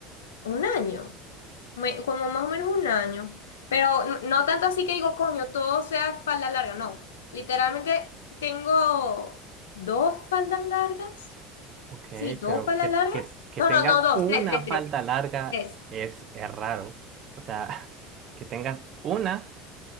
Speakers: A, on the left (about 80°); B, on the right (about 45°).
A: un año, Me- como más o menos un año, pero no, no tanto así que digo, coño, todo sea falda larga, no. Literalmente tengo dos faldas largas,
B: Ok,
A: sí, dos
B: pero
A: faldas
B: que,
A: largas,
B: que, que
A: no,
B: tengas
A: no, no, dos,
B: una
A: tres, tres, tres,
B: falda larga
A: tres.
B: es, es raro. O sea, <laughs> que tengas una